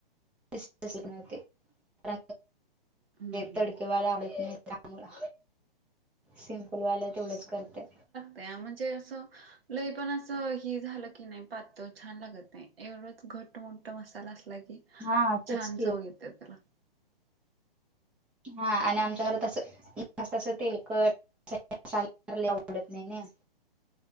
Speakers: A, in the centre; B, on the right.
A: तवाला.
B: हम्म
A: त्यामु सिमपलवालं तेवढंच करतेय.
B: त्या म्हणजे असं. लय पण असं ही झालं की नाही पातळ छान लागत नाही, एवढंच घट मोठ मसाला असला असला की,
A: हा तेच
B: छान
A: की
B: चव येते त्याला.
A: हा
B: हम्म
A: आणि आमच्या घरात असं मस्त असं तेलकट मसालेदार लय आवडत नाही नाय.